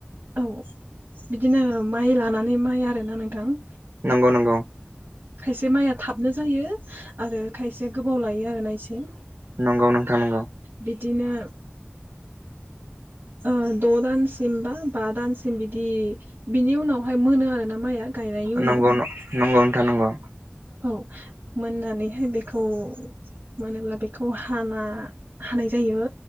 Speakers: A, on the right; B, on the right.
A: औ बिदिनो माइ लानानै माइ आरोना नोंथां।
B: नोंगौ नोंगौ।
A: खायसे माइया थाबनो जायो आरो खायसे गोबाव लायो आरो ना इसे
B: नोंगौ नोंथां नोंगौ
A: बिदिनो ओ द' दान सिमबा बा दान सिम बिदि बिनि उनावहाय मोनो आरो ना माइया गायनायनि उनाव
B: नंगौ नंगौ नोंथां नंगौ
A: औ मोननानैहाय बेखौ मोनोब्ला बेखौ हाना हानाय जायो।